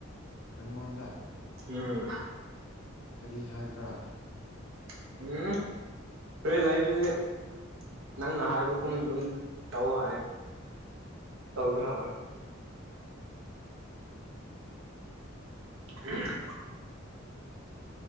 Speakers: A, on the left; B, on the right.
A: ꯅꯪꯉꯣꯟꯗ
B: ꯎꯝ
A: ꯀꯔꯤ ꯍꯥꯏꯕ꯭ꯔꯥ?
B: <unintelligible> ꯅꯪꯅ ꯍꯥꯏꯕꯒꯨꯝ ꯑꯗꯨꯝ ꯇꯧ ꯍꯥꯏꯌꯦ ꯇꯧꯁꯨ ꯇꯧꯌꯦ꯫ <unintelligible>